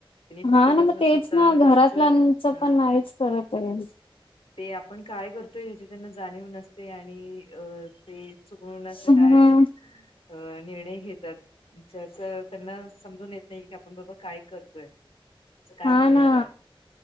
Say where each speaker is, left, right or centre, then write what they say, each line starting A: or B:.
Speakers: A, on the left; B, on the left.
A: त्यांनी फक्त
B: हा ना
A: कसं
B: मग तेच
A: स्वतःलाच
B: ना घरातल्यांचं
A: हा
B: पण मरज करत आहे
A: ते आपण काय करतोय ह्याची त्यांना जाणीव न असते आणि अ ते चुकवण्याचं
B: ह
A: काय अ निर्णय घेतात ज असं त्यांना समजून येत नाही की आपण बाबा काय करतोय त्याच काय
B: हा
A: होणार
B: ना
A: आहे